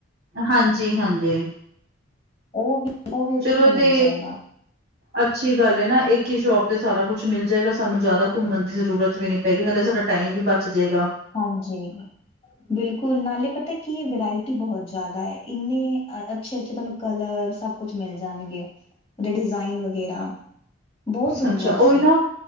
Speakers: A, on the right; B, on the left.
A: ਹਾਂਜੀ-ਹਾਂਜੀ।
B: ਓ ਵੀ ਉਹ ਵੀ ਉੱਥੇ
A: ਚਲੋ ਏ
B: ਮਿਲ
A: ਤੇ
B: ਜਾਏਗਾ।
A: ਅੱਛੀ ਗੱਲ ਏ ਨਾ ਏਕ ਈ ਸੌ਼ਪ ਤੇ ਸਾਰਾ ਕੁਛ ਮਿਲ ਜਾਏਗਾ ਸਾਨੂੰ ਜਾਦਾ ਘੁੰਮਣ ਦੀ ਜ਼ਰੂਰ ਤ ਵੀ ਨੀ ਪਏਗੀ ਨਾਲੇ ਸਾਡਾ ਟਾਈਮ ਵੀ ਬਚ ਜੇਗਾ।
B: ਹਾਂਜੀ। ਬਿਲਕੁਲ ਨਾਲੇ ਪਤਾ ਕੀ ਏ ਵਰਾਏਟੀ ਬਹੋ ਜਾਦਾ ਐ, ਈਨੀ ਅ ਅੱਛੇ-ਅੱਛੇ ਧੋਨੂੰ ਕਲਰ ਸਭ ਕੁਛ ਮਿਲ ਜਾਣਗੇ, ਡੇ ਡਿਜ਼ਾਈਨ ਵਗੈਰਾ। ਬਹੁਤ ਸੁੰਦਰ
A: ਅੱਛਾ ਓਈ
B: ਸੀ।
A: ਨਾ